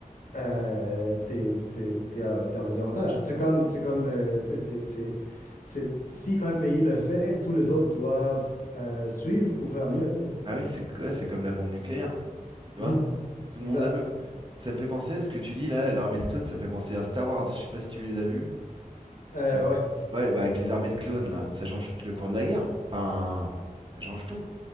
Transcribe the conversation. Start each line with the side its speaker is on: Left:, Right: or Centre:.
Left: euh, t'es, t'es- t'es à- t'es en désavantage. C'est comme, c'est comme le, tu sais, c'est, c'est- c'est- si un pays le fait, tous les autres doivent euh, suivre ou faire mieux, tu sais.
Right: Ah oui, c'est ouais, c'est comme la bombe nucléaire. Tu vois,
Left: Mhm,
Right: tout le
Left: exact.
Right: monde la veut. ça me fait penser à ce que tu dis là, l'armée de clones, ça me fait penser à Star Wars. Je sais pas si tu les as vus.
Left: Euh,
Right: Mm.
Left: ouais,
Right: Ouais, bah avec les armées de clones là, ça change le cours de la guerre. Enfin, ça change tout.